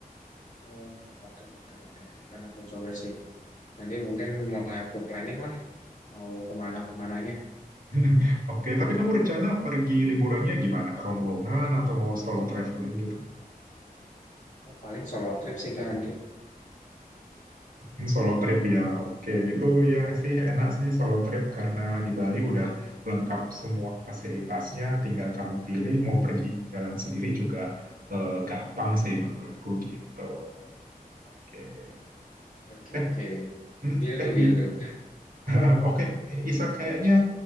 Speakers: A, on the left; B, on the right.
A: Oh, oke oke oke. Kan aku coba sih. Nanti mungkin mulai aku planning lah mau kemana kemananya.
B: <laughs> Oke, tapi kamu rencana pergi liburannya gimana? Rombongan atau mau solo traveling gitu?
A: Oh paling solo trip sih Kak nanti.
B: Hmm, Solo trip ya, oke. Itu ya sih enak sih solo trip karena di Bali udah lengkap semua fasilitasnya, tinggal kamu pilih mau pergi jalan sendiri juga eh, gampang sih menurutku gitu. Oke.
A: Oke
B: Eh,
A: oke.
B: hmm,
A: Will do
B: eh
A: will
B: gitu.
A: do.
B: <laughs> Oke, eh, Isa kayaknya